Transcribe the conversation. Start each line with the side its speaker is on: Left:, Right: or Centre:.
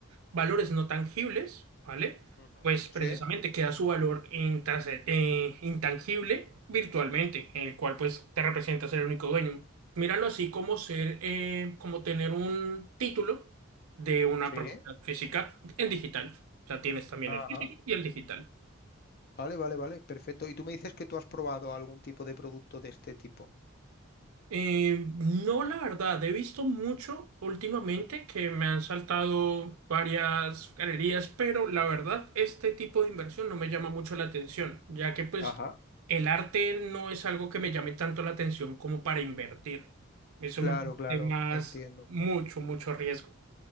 Right: valores no tangibles, ¿vale?
Left: Ujú.
Right: Pues precisamente
Left: Sí,
Right: queda su valor intrase- eh, intangible virtualmente, en el cual pues te representas el único dueño. Míralo así como ser, eh, como tener un título de una
Left: sí.
Right: propiedad física en digital. O sea, tienes también
Left: Ajá.
Right: el físico y el digital.
Left: Vale, vale, vale, perfecto. Y tú me dices que tú has probado algún tipo de producto de este tipo.
Right: Eh, no, la verdad, he visto mucho últimamente que me han saltado varias galerías, pero la verdad, este tipo de inversión no me llama mucho la atención, ya que pues
Left: Ajá.
Right: el arte no es algo que me llame tanto la atención como para invertir. Eso
Left: Claro,
Right: me
Left: claro,
Right: parece más
Left: entiendo.
Right: mucho, mucho riesgo.